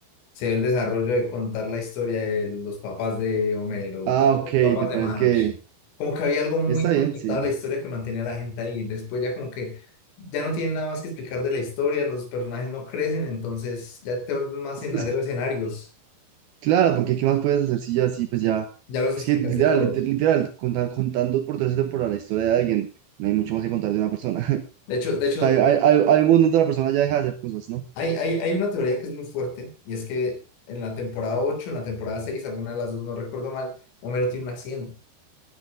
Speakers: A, on the left; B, on the right.
A: Se ve el desarrollo de contar la historia de los papás de Homero,
B: ah,
A: de
B: ok,
A: los papás
B: te parece
A: de Marge.
B: que
A: Como que había algo muy
B: está
A: conectado
B: bien, sí.
A: a la historia que mantenía a la gente ahí. Después ya como que ya no tienen nada más que explicar de la historia, los personajes no crecen, entonces ya te vuelves más
B: Es,
A: en
B: es
A: hacer escenarios.
B: Claro, porque ¿qué más puedes hacer si ya así, pues ya...
A: Ya los
B: Es
A: explicaste
B: que literal,
A: todos.
B: liter- literal, conta- contando por tercera temporada la historia de alguien, no hay mucho más que contar de una persona. <laughs>
A: De hecho, de hecho,
B: O sea, hay, hay, hay- hay un momento donde la persona ya deja de hacer cosas, ¿no?
A: Hay, hay, hay una teoría que es muy fuerte y es que en la temporada ocho en la temporada seis alguna de las dos, no recuerdo mal, Homero tiene un accidente